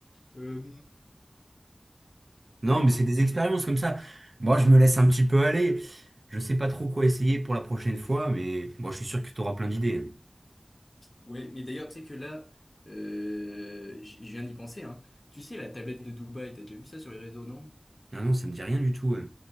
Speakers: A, on the left; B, on the right.
A: Euh,
B: Non, mais c'est des expériences comme ça. Moi, je me laisse un petit peu aller. Je sais pas trop quoi essayer pour la prochaine fois, mais bon, je suis sûr que tu auras plein d'idées. hein.
A: Ouais. Mais d'ailleurs, tu sais que là, euh, j- je viens d'y penser. Hein. Tu sais, la tablette de Dubaï, t'as déjà vu ça sur les réseaux, non?
B: Ah non, ça me dit rien du tout. ouais.